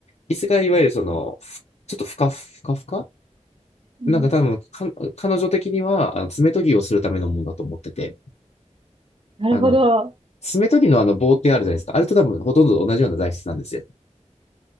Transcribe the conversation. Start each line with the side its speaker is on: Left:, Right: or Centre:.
Left: 椅子がいわゆるその、ふちょっとふかふかふか
Right: うん、
Left: なんか多分か、彼女的には、あの、爪研ぎをするためのものだと思ってて、
Right: なるほど。
Left: あの、爪研ぎのあの棒ってあるじゃないですか。あれと多分ほとんど同じような材質なんですよ。